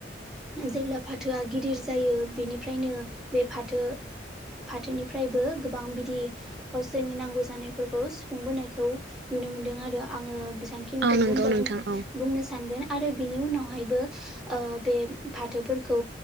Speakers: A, in the centre; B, on the right.
A: जेब्ला फाथोआ गिदिर जायो बिनिफ्रायनो बे फाथो फाथोनिफ्रायबो गोबां बिदि गावसोरनि नांगौ जानायफोरखौ सुफुंबोनायखौ नु नो मोनदों आरो आङो दांखिनिखौ
B: औ नंगौ
A: बुंजागोन
B: नोंथां औ
A: बुंनो सानगोन आरो बिनि उनावहायबो ओ बे फाथोफोरखौ